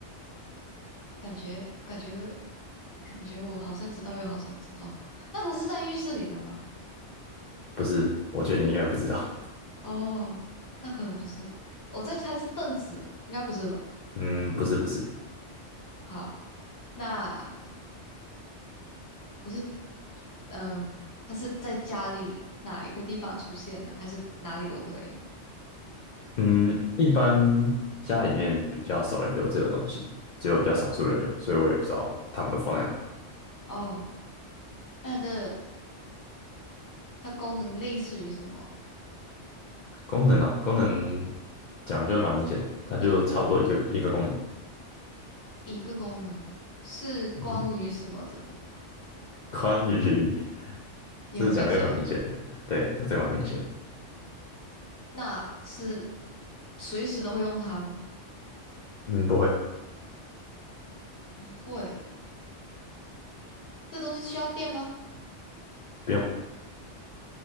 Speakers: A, on the left; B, on the left.
A: 感觉感觉感觉我好像知道又好像不知道。那它是在浴室里的吗？
B: 不是，我觉得你应该不知道。<laughs>
A: 哦，那可能不是。我在猜是凳子，应该不是吧？
B: 嗯，不是，不是，
A: 好，那不是，嗯，它是在家里哪一个地方出现的，还是哪里都可以？
B: 嗯，一般家里面比较少人有这个东西，只有比较少数人有，所以我也不知道他们都放在哪。
A: 哦，那它的。它功能类似于什么？
B: 功能哦，功能讲得就蛮明显的，它就差不多一个一个功能。
A: 有一个功能是关于什么的，
B: 嗯哼，宽与
A: 也很明显。
B: 这个讲的就很明显的，对，这个蛮明显的。
A: 那是随时都会用它吗？
B: 嗯，不会，
A: 不会。这东西需要电吗？
B: 不用，